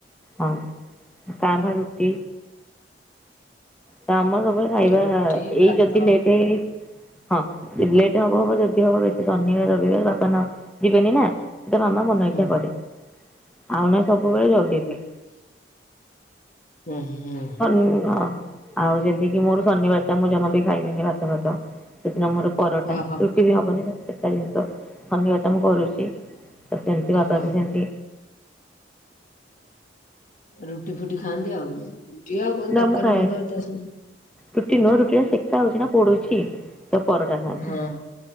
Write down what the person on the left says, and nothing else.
ରୁଟି ଭାତ
ହୁଁ
ଉଁ ହୁଁ ।
ଓହୋ
ହଁ
ରୁଟି ଫୁଟି ଖାଆନ୍ତି ଆଉ, ରୁଟି ଆଉ କଣ
ତରକାରୀ
ଫରକାରୀ ତ ସହିତ।
ହଁ